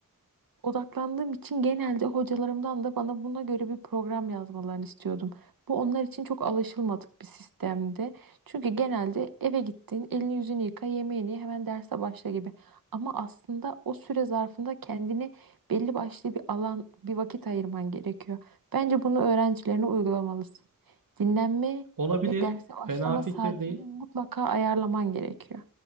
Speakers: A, on the right (about 80°); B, on the right (about 70°).
A: Odaklandığım için genelde hocalarımdan da bana buna göre bir program yazmalarını istiyordum. Bu onlar için çok alışılmadık bir sistemdi. Çünkü genelde eve gittin, elini yüzünü yıka, yemeğini ye, hemen derse başla gibi. Ama aslında o süre zarfında kendine belli başlı bir alan, bir vakit ayırman gerekiyor. Bence bunu öğrencilerine uygulamalısın. Dinlenme
B: Olabilir.
A: ve derse başlama
B: Fena fikir
A: saatini
B: değil.
A: mutlaka ayarlaman gerekiyor.